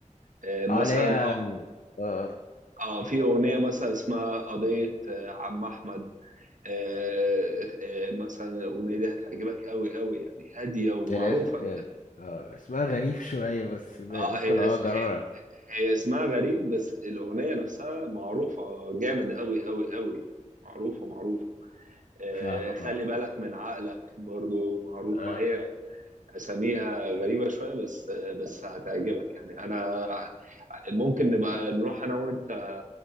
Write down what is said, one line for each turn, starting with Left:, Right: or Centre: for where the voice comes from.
Right: آه، مثلا
Left: اه اللي هي آه
Right: اه في أغنية مثلا اسمها قضية آه، عم أحمد آه، آه، مثلا الأغنية دي هتعجبك قوي قوي يعني هادية ومعروفة
Left: اللي هي-
Right: أنت
Left: آه آه، اسمها غريب شوية بس م-
Right: اه
Left: ممكن
Right: هي
Left: اه جرب
Right: هي اسمها غريب بس الأغنية نفسها معروفة جامد أوي أوي أوي معروفة معروفة آه،
Left: فاهمك
Right: خلي
Left: اه
Right: بالك من عقلك برضو معروفة
Left: اه
Right: هي أساميها غريبة شوية بس آه، بس هتعجبك يعني أنا ممكن نبقى نروح أنا وأنت